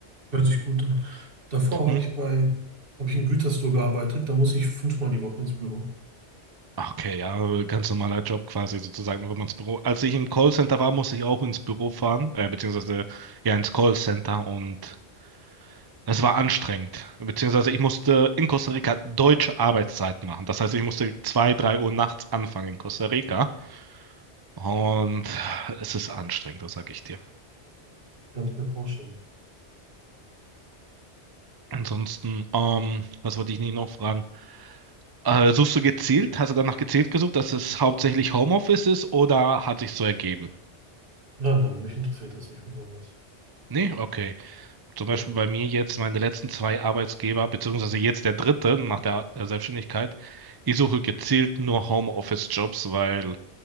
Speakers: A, on the right; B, on the right.
A: Hört sich gut an. Davor
B: Hm.
A: habe ich bei, habe ich in Gütersloh gearbeitet, da muss ich fünfmal die Woche ins Büro.
B: Okay, ja, ganz normaler Job quasi sozusagen, noch immer ins Büro. Als ich im Callcenter war, musste ich auch ins Büro fahren, äh, beziehungsweise ja ins Callcenter und es war anstrengend. Beziehungsweise ich musste in Costa Rica deutsche Arbeitszeit machen. Das heißt, ich musste zwei, drei Uhr nachts anfangen in Costa Rica und es ist anstrengend, das sag ich dir.
A: Kann ich mir vorstellen.
B: Ansonsten, ähm, was wollte ich nicht noch fragen? Äh, suchst du gezielt? Hast du danach gezielt gesucht, dass es hauptsächlich Homeoffice ist oder hat sich so ergeben?
A: Nein, nein, mich interessiert das nicht besonders.
B: Nee, okay. Zum Beispiel
A: Nein, nein.
B: bei mir jetzt, meine letzten zwei Arbeitsgeber, beziehungsweise jetzt der dritte nach der äh, Selbstständigkeit. Ich suche gezielt nur Homeoffice-Jobs, weil